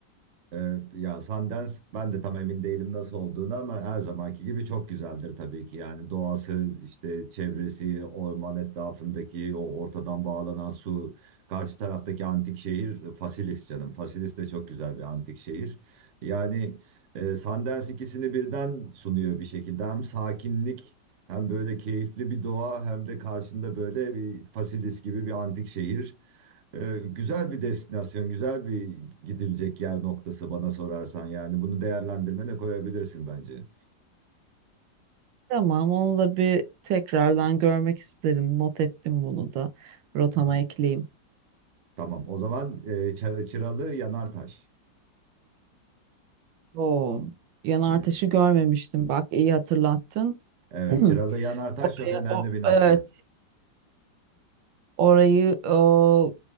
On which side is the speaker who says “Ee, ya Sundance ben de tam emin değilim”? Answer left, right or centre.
Right